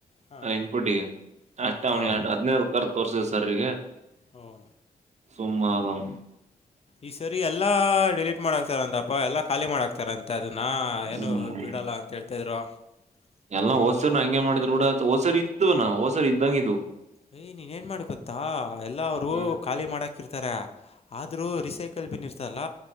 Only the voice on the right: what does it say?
ನಾ ಇಟ್ಟ ಬುಟ್ಟಿ
ನೆಕ್ಸ್ಟ್ ಅವ್ನ
ಅದನ ಉತಾರ ತೋರ್ಸಿದೆ ಸರ್ ಗೇ <unintelligible>
ಸುಮ್ಮ ಆದಾವ. <unintelligible>
ಹ್ಮ್
ಎಲ್ಲಾ ಹೋಸರ <unintelligible> ಇದರ ಬೀಡ ಹೊಸರ್ ಇತ್ತು ನಾ ಹೊಸರ್ ಇದ್ದಂಗ ಇದು <unintelligible>
ಹ್ಮ್